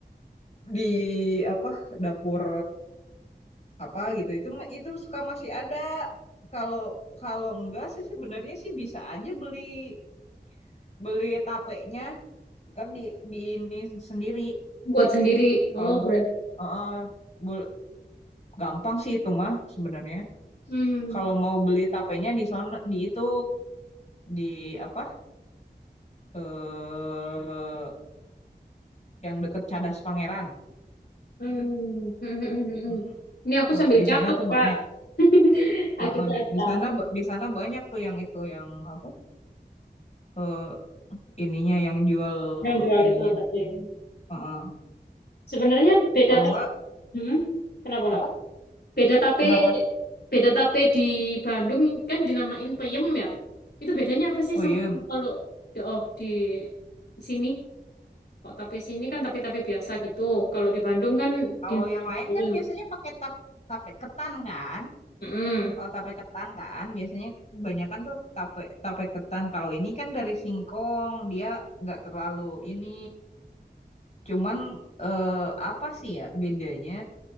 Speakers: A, on the left; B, on the left.
A: di apa dapur apa gitu. Itu ma- itu suka masih ada. Kalau kalau enggak sih sebenarnya sih bisa aja beli beli tapenya, tetap di di ini sendiri.
B: Buat sendiri.
A: Kalau
B: Oh,
A: buat
B: berarti.
A: eh, bul- gampang sih itu mah sebenarnya.
B: Hmm.
A: Kalau mau beli tapenya di sono di itu di apa eh yang deket Cadas Pangeran.
B: Hmm. Hmm. hmm, hmm. hmm.
A: Mm-mm.
B: Ini aku
A: Ba-
B: sambil
A: Di
B: catat,
A: sana tuh
B: Kak.
A: banyak.
B: <laughs>
A: Heeh,
B: Aku catat.
A: di, di sana ba- di sana banyak tuh yang itu yang apa eh, ininya yang jual
B: Yang jual
A: ininya.
B: itu tapi yang-
A: Heeh.
B: Sebenarnya beda
A: Kalau
B: tak?
A: enggak
B: Hmm? Kenapa,
A: apa?
B: Kak? Beda tape,
A: Kenapa?
B: beda tape di Bandung kan dinamain peyem ya. Itu bedanya apa sih
A: Puyem.
B: sama kalau di- oh di sini kok tape sini kan tape-tape biasa gitu. Kalau di Bandung kan
A: Kalau
B: dinamain
A: yang lain
B: peyem.
A: kan biasanya pakai tap tape ketan kan.
B: Mm-mm.
A: Kalau tape ketan kan biasanya kebanyakan tuh tape tape ketan. Kalau ini kan dari singkong, dia nggak terlalu ini. Cuman eh, apa sih ya bedanya?